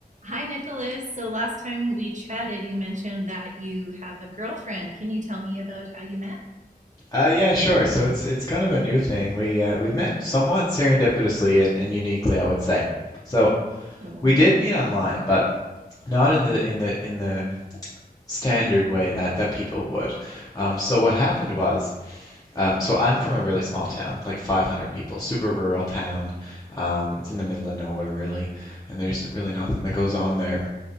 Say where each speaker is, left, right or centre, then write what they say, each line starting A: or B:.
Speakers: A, on the right (about 50°); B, on the left (about 20°).
A: Hi, Nicholas. So last time we chatted, you mentioned that you have a girlfriend. Can you tell me about how you met?
B: Uh, yeah, sure. So it's it's kind of a new thing. We uh, we met somewhat serendipitously and, and uniquely, I would say. So
A: Oh,
B: we did meet online, but not in the in the in the standard way that that people would. Um, so what happened was, um, so I'm from a really small town, like 500 people, super rural town. Um, it's in the middle of nowhere, really, and there's really nothing that goes on there.